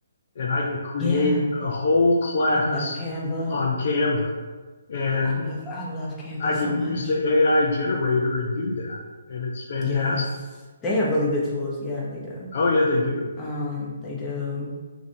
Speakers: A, on the left; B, on the left.
A: and I can create
B: Yeah.
A: a whole class
B: I love Canva.
A: on Canva and
B: I love I love Canva
A: I
B: so
A: can
B: much.
A: use the AI generator and do that. And it's fantastic.
B: Yes. They have really good tools. Yeah, they do.
A: Oh yeah, they do.
B: Um, they do.